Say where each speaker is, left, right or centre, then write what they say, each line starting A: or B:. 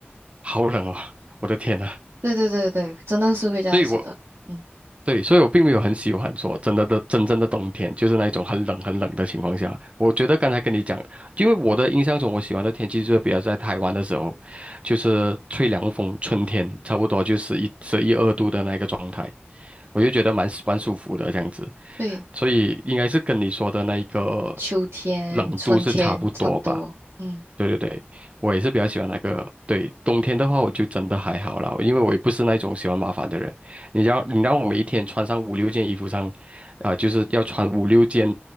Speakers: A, on the right (about 30°); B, on the right (about 65°).
A: 好冷哦，我的天呐！
B: 对对对对，真的是会这样子的。
A: 所以我
B: 嗯，
A: 对，所以我并没有很喜欢说真的的真正的冬天，就是那一种很冷很冷的情况下。我觉得刚才跟你讲，因为我的印象中，我喜欢的天气就是比较在台湾的时候，就是吹凉风，春天差不多就是一十一二度的那个状态，我就觉得蛮蛮舒服的这样子。
B: 对，
A: 所以应该是跟你说的那一个
B: 秋天、
A: 冷度是差不多吧。
B: 春天差不多。嗯，
A: 对对对，我也是比较喜欢那个。对，冬天的话，我就真的还好啦，因为我也不是那种喜欢麻烦的人。你要你让我每一天穿上五六件衣服上，啊、就是要穿五六件